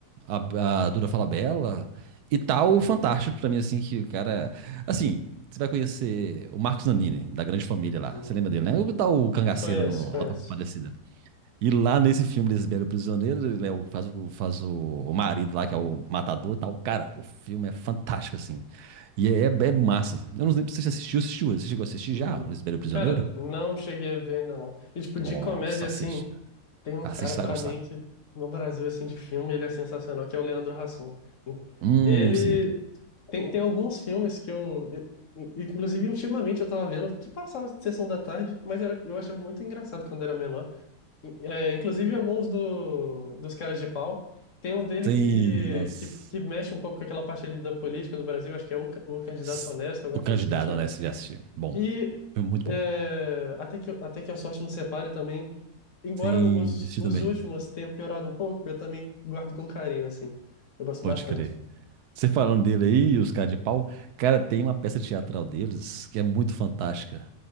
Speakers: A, on the right; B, on the left.
A: A, a Duda Falabella. E tá o Fantástico pra mim, assim, que o cara. Assim, você vai conhecer o Marcos Nanini, da grande família lá.
B: uhum.
A: Você lembra dele, né? O tal cangaceiro
B: Conheço,
A: no Auto
B: conheço.
A: da Compadecida. E lá nesse filme, Lisbelo o Prisioneiro, ele é o- faz, o- faz o, o marido lá, que é o matador e tal. Cara, o filme é fantástico, assim. E é, é é massa. Eu não lembro se você assistiu, assistiu. Você chegou a assistir
B: Uhum.
A: já, Lisbelo o Prisioneiro?
B: Cara, não cheguei a ver ainda não. E tipo, de
A: Nossa,
B: comédia, assim,
A: assiste, cara.
B: tem um
A: Assiste,
B: cara
A: você
B: pra
A: vai gostar.
B: mim que no Brasil, assim, de filme, ele é sensacional, que é o Leandro Hassum.
A: Hum,
B: Ele
A: sim.
B: tem, tem alguns filmes que eu. i- Inclusive, ultimamente eu tava vendo que passava sessão da tarde, mas era, eu achava muito engraçado quando era menor. É, inclusive alguns do, dos caras de pau. Tem um dele
A: Sim,
B: que,
A: nossa.
B: que, que mexe um pouco com aquela parte ali da política do Brasil, acho que é o, ca- o candidato
A: S-
B: honesto, alguma
A: O Candidato,
B: coisa assim do tipo.
A: honesto, já assisti. Bom.
B: E
A: Foi muito bom.
B: é, até que, até que a sorte nos separe também, embora
A: Sim,
B: os,
A: já assisti
B: os
A: também.
B: últimos tenham piorado um pouco, eu também guardo com carinho, assim. Eu gosto
A: Pode
B: bastante.
A: crer. Você falando dele aí, e os caras de pau. Cara, tem uma peça teatral deles que é muito fantástica.